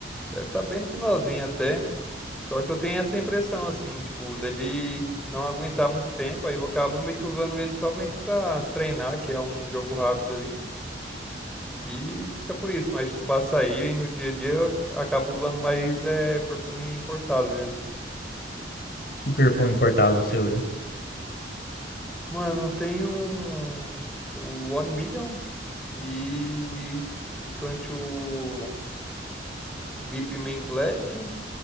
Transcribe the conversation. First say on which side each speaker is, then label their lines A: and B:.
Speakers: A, in the centre; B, on the left.
A: Deve estar bem no finalzinho até. Só que eu tenho essa impressão, assim, tipo, dele não aguentar muito tempo. Aí eu acabo meio que usando ele só meio que pra treinar, que é um jogo rápido ali. E fica por isso. Mas, tipo, pra sair e no dia a dia eu acabo usando mais é, perfume importado, né?
B: Que perfume importado você usa?
A: Mano, tem um. O One Million e o 22 VIP Man Black